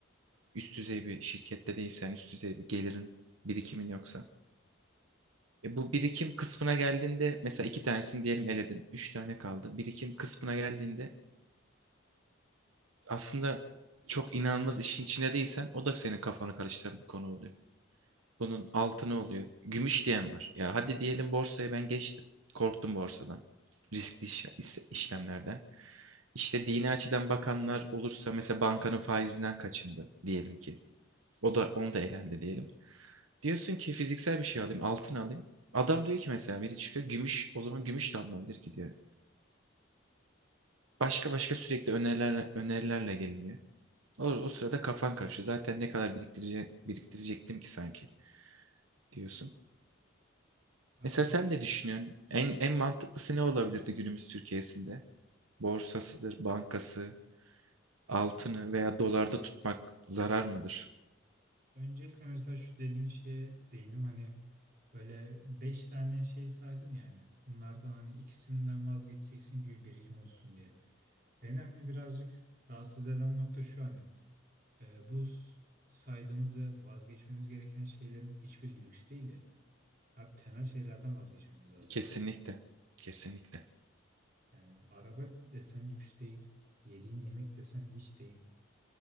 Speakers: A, on the right; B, on the right.
A: Üst düzey bir şirkette değilsen, üst düzey bir gelirin, birikimin yoksa. E bu birikim kısmına geldiğinde mesela iki tanesini diyelim eledin. Üç tane kaldı. Birikim kısmına geldiğinde aslında çok inanılmaz işin içinde değilsen o da senin kafanı karıştıran bir konu oluyor. Bunun altını oluyor. Gümüş diyen var. Ya hadi diyelim borsaya ben geçtim. Korktum borsadan. Riskli iş- is- işlemlerden. İşte dini açıdan bakanlar olursa mesela bankanın faizinden kaçındı diyelim ki. O da onu da elendi diyelim. Diyorsun ki fiziksel bir şey alayım, altın alayım. Adam diyor ki mesela biri çıkıyor gümüş o zaman gümüş de alınabilir ki diyor. Başka başka sürekli önerilerle, önerilerle geliniyor. O, o sırada kafan karışıyor. Zaten ne kadar biriktirece- biriktirecektim ki sanki diyorsun.
B: abi
A: Mesela
B: bir
A: sen
B: de
A: ne düşünüyorsun? En, en mantıklısı ne olabilirdi günümüz Türkiye'sinde? Borsasıdır, bankası,
B: yani
A: altını veya dolarda tutmak zarar mıdır?
B: öncelikle mesela şu dediğin şeye değinim hani böyle beş tane şey saydın yani bunlardan hani ikisinden vazgeçeceksin gibi birikim olsun diye. Beni hani birazcık rahatsız eden nokta şu hani e, bu s- saydığımız ve vazgeçmemiz gereken şeylerin hiçbiri lüks değil ya. Abi temel şeylerden vazgeçmemiz lazım
A: Kesinlikle.
B: hani.
A: Kesinlikle.
B: Yani araba desen lüks değil, yediğin yemek desen hiç değil.